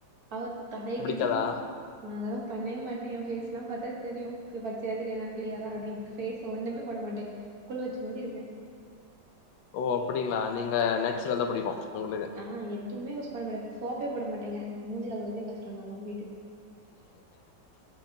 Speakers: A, on the right; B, on the left.
A: அவத் தலைக்
B: காதா
A: நா அதெல்லா பண்ணவே மாட்டே எயா ஃபேஸ்லா பாத்தா தெரியு பச்சையா தெரியு நா கிளியரா அப்டி ஃபேஸ் கு ஒன்னுமே போட மாட்டே குலு வெச்ச மாரி இருப்பே
B: ஓ அப்டிங்ளா நீங்க நேச்சுரல்தா புடிக்கு உங்ளுக்கு
A: ஆ எதுமே யூஸ் பண்ண மாட்ட சோப்பே போட மாட்டேங்க மூஞ்ச கழுவரதே கஷ்ட நாலா வீட்டுக்